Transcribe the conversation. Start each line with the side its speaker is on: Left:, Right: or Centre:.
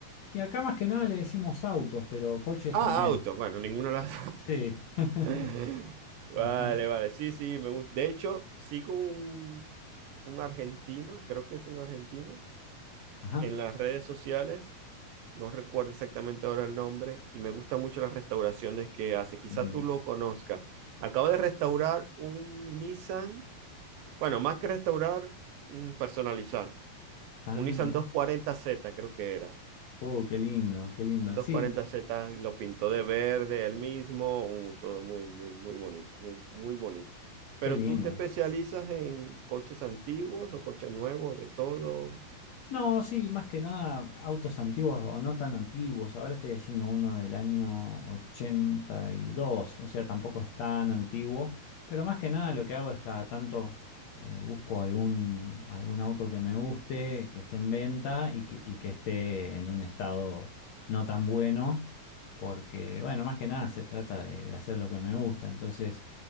Left: Y acá más que nada le decimos autos, pero coches
Right: Ah,
Left: también.
Right: autos. Bueno, ninguna de las.
Left: Sí. <laughs>
Right: <laughs> Vale,
Left: Ajá,
Right: vale. Sí, sí, me gusta. De hecho, sigo un, un argentino, creo que es un argentino,
Left: ajá.
Right: en las redes sociales. No recuerdo exactamente ahora el nombre y me gustan mucho las restauraciones que hace. Quizá
Left: Mm,
Right: tú lo conozcas. Acabo de restaurar un Nissan. Bueno, más que restaurar, mm, personalizar.
Left: Ah,
Right: un Nissan
Left: mira.
Right: doscientos cuarenta z creo que era.
Left: Oh, qué lindo, qué lindo.
Right: Un doscientos
Left: Sí,
Right: cuarenta z y lo pintó de verde él mismo, uh, todo muy, muy, muy bonito, muy, muy bonito. Pero
Left: qué lindo.
Right: tú te especializas en coches antiguos o coches nuevos, de todo.
Left: No, sí, más que nada autos antiguos o no tan antiguos. Ahora estoy haciendo uno del año 82, o sea, tampoco es tan antiguo, pero más que nada lo que hago es cada tanto eh, busco algún, algún auto que me guste, que esté en venta y que, y que esté en un estado no tan bueno, porque, bueno, más que nada se trata de, de hacer lo que me gusta. Entonces,